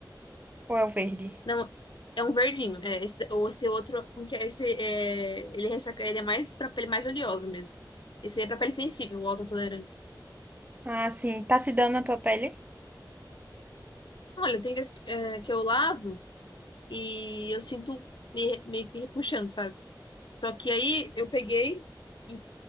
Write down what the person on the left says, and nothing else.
Não, é um verdinho. É, esse, ou esse outro, como que é? Esse é, ele, é ressaca, ele é mais pra pele mais oleosa mesmo. Esse é pra pele sensível, o autotolerância.
Olha, tem vezes que, é, que eu lavo e eu sinto me, meio que repuxando, sabe? Só que aí eu peguei e,